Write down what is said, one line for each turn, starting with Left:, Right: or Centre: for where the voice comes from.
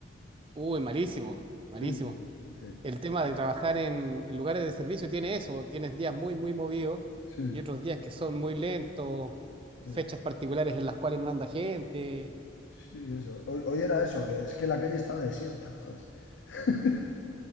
Right: Uy, malísimo, malísimo.
Left: Sí, sí, sí,
Right: El tema de trabajar en, en lugares de servicio tiene eso, tienes días muy, muy movidos
Left: sí.
Right: y otros días que son muy lentos, fechas
Left: Sí,
Right: particulares en las cuales no anda gente.
Left: sí, eso. Hoy, hoy era eso, que es que la calle estaba desierta, joder. <laughs>